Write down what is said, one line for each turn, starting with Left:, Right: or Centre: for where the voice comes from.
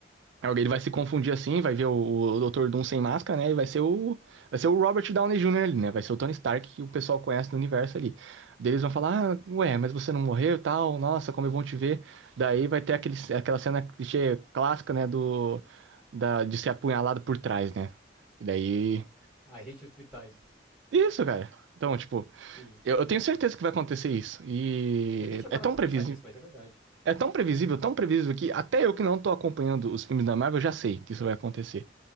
Right: Alguém vai se confundir assim, vai ver o, o Dr. Doom sem máscara, né? E vai ser o, vai ser o Robert Downey Jr. ali, né? Vai ser o Tony Stark que o pessoal conhece do universo ali. Daí Eles vão falar, ah, ué, mas você não morreu e tal, nossa, como é bom te ver. Daí vai ter aquele, aquela cena clichê clássica, né? Do, da, de ser apunhalado por trás, né? E daí.
Centre: I hate you three times.
Right: Isso, cara. Então, tipo,
Centre: Sim.
Right: eu, eu tenho certeza que vai acontecer isso. E
Centre: Eu nem tinha parado
Right: é tão
Centre: pra
Right: previsível.
Centre: pensar nisso, mas é verdade.
Right: É tão previsível, tão previsível que até eu que não tô acompanhando os filmes da Marvel já sei que isso vai acontecer.